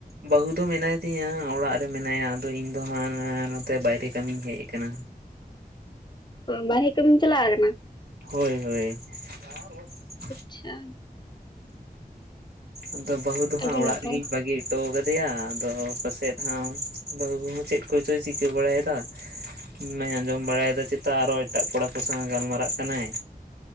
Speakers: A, on the right; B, on the left.
A: ᱵᱟᱹᱦᱩ ᱫᱚ ᱢᱮᱱᱟᱭ ᱛᱤᱧᱟ ᱚᱲᱟᱜ ᱨᱮ ᱢᱮᱱᱟᱭᱟ ᱟᱫᱚ ᱤᱧ ᱫᱚ ᱦᱟᱸᱜ ᱱᱟᱜ-ᱱᱚᱛᱮ ᱵᱟᱭᱨᱮ ᱠᱟᱹᱢᱤᱧ ᱦᱮᱡ ᱟᱠᱟᱱᱟ
B: ᱵᱟᱦᱨᱮ ᱠᱟᱹᱢᱤᱢ ᱪᱟᱞᱟᱠᱱᱟ
A: ᱦᱚᱭ ᱦᱚᱭ <unintelligible>
B: ᱟᱪᱪᱷᱟ
A: ᱟᱫᱚ ᱵᱟᱹᱦᱩ ᱫᱚ ᱦᱟᱸᱜ
B: ᱟᱹᱰᱤ
A: ᱚᱲᱟᱜ
B: ᱱᱟᱯᱟᱭ
A: ᱨᱮᱜᱤᱧ ᱵᱟᱹᱜᱤ ᱛᱚ ᱠᱟᱫᱮᱭᱟ ᱟᱫᱚ ᱯᱟᱥᱮᱫ ᱦᱟᱜ ᱵᱟᱹᱦᱩ ᱪᱮᱫ ᱠᱚᱪᱚᱭ ᱪᱤᱠᱟᱹ ᱵᱟᱲᱟᱭᱮᱫᱟ ᱤᱧ ᱢᱟᱧ ᱟᱸᱡᱚᱢ ᱵᱟᱲᱟᱭᱮᱫᱟ ᱪᱮᱛᱟ ᱟᱨᱚ ᱮᱴᱟᱜ ᱠᱚᱲᱟ ᱠᱚ ᱥᱟᱶᱮ ᱜᱟᱞᱢᱟᱨᱟᱜ ᱠᱟᱱᱟᱭ